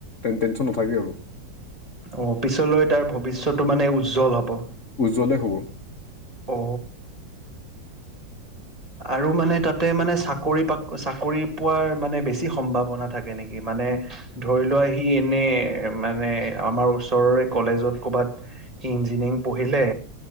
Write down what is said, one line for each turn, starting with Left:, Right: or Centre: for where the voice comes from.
Left: টেনচন নাথাকে আৰু
Right: অ পিছলৈ তাৰ ভৱিষ্যটো মানে উজ্জ্বল হ'ব
Left: উজ্বলে হ'ব
Right: অ আৰু মানে তাতে মানে চাকৰি চাকৰি পোৱাৰ মানে বেছি সম্ভাৱনা থাকে নেকি মানে মানে ধৰি লোৱা আহি এনেই মানে আমাৰ ওচৰৰে কলেজত ক'ৰবাত সি ইঞজিনিক পঢহলে